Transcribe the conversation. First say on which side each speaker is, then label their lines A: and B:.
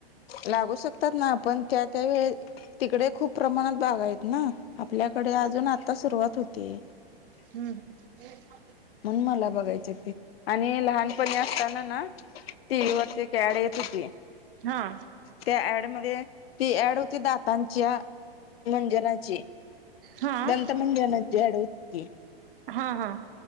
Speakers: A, on the left; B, on the right.
A: लागू शकतात ना? पण त्या त्या वेळे- तिकडे खूप प्रमाणात बागा आहेत ना? आपल्याकडे अजून आत्ता सुरुवात होतीये.
B: हम्. ह
A: म्हणून मला बघायचेत ते. आणि लहानपणी असताना ना- टी व्ही वरती एक ऍड येत होती.
B: हां.
A: त्या ऍड मध्ये, ती ऍड होती दातांच्या- मंजनाची
B: हा
A: दंत मंजनाची याड होती.
B: हा हा.